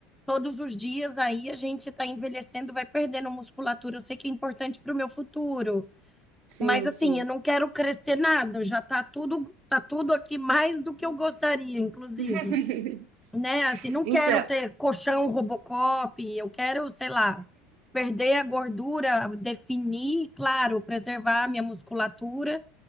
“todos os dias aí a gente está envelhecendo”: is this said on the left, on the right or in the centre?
Centre